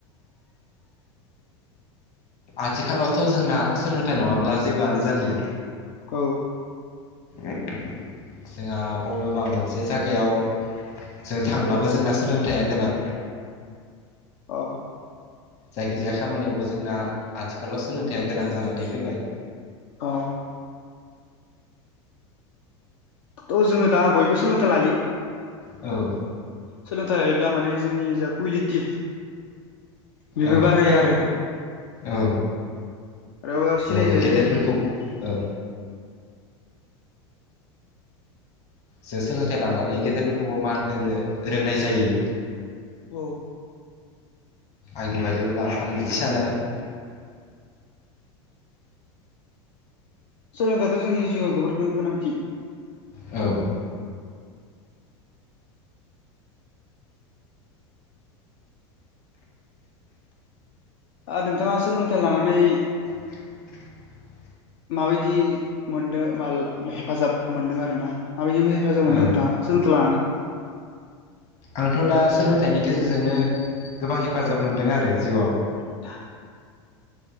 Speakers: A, on the left; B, on the left.
A: आथिखालावथ' जोंना सोलोंथाइ नङाब्ला जेबोआनो जालिया
B: औ
A: एथ जोंहा बबेबा मोनसे जायगायाव जों थांब्लाबो जोंना सोलोंथाइया गोनां
B: अ
A: जायखिजाया खामानियावबो जोंना आथिखालाव सोलोंथाइया गोनां जानानै फैबाय
B: औ थ' जोङो दा बयबो सोलोंथाइ लायो
A: औ
B: सोलोंथाइ लायोब्ला माने जोंनि जा कुवालिटि बेबो
A: औ
B: बारायो आरो
A: औ
B: रावो सिनायजायो
A: जोङो गेदेरफोरखौ औ जों सोलोंथाइ लानानै गेदेरफोरखौबो मान होनो रोंनाय जायो
B: औ
A: आंनि बाददिब्ला आं बिदि सानो आरो
B: सोलोंथायाथ' जोंनि जिउआव जोबोर गोनांथि
A: औ
B: नोंथाङा सोलोंथाइ लानानै
A: <inaudible>
B: माबायदि मोनदों मा हेफाजाब मोनदों आरोना माबायदि हेफाजाब
A: औ
B: मोनदों नोंथाङा सोलोंथाइ लानानै
A: आंथ' दा सोलोंथाइनि गेजेरजोंनो गोबां हेफाजाब मोनदों आरो जिउआव
B: <inaudible>